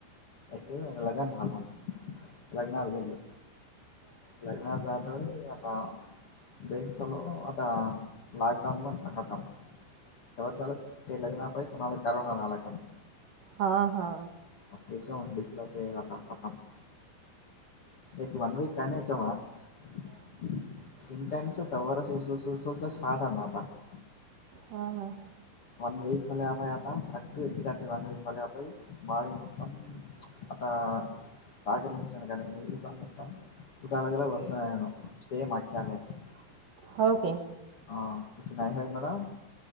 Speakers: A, on the left (about 55°); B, on the right (about 55°).
A: एक लगन झालं लग्नात गेले <unintelligible> <unintelligible> आता. <unintelligible> जव ते लग्ना पाही कोणाला कारना राहिला का नाही.
B: हा हा.
A: अत्याशव वडीटला ते आता <unintelligible> <unintelligible> स <unintelligible>
B: हा हां.
A: वन वीक खलपया आ <unintelligible> आता <unintelligible> कुठाळगला वसूनण स मकाले <unintelligible>
B: होके.
A: हा क नाही नाही हो मला